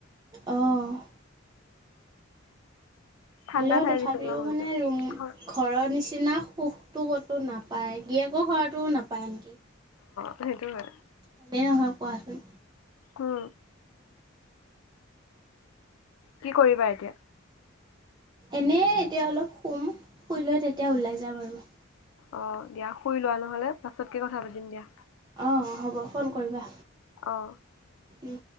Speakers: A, on the right; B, on the left.
A: অ'।
B: ঠাণ্ডা
A: হ'লেও
B: ঠাই
A: তথাপিও
B: বিচাৰিব মন
A: মানে
B: যায়
A: ৰুম
B: ঘৰ
A: ঘৰৰ নিচিনা সুখটো ক'তো নাপ পায়, গিয়েকৰ ঘৰটো নাপায় আনকি।
B: সেইটোয়ে
A: হালে নহোৱা কোৱা
B: উম কি কৰিবা এতিয়া?
A: এনে এতিয়া অলপ শুম শুই লৈ তেতিয়া ওলাই যাম আৰু
B: অ', দিয়া শুই লোৱা নহলে, পাছতকে কথা পাতিম দিয়া।
A: অ', হ'ব ফোন কৰিবা।
B: অ
A: উ।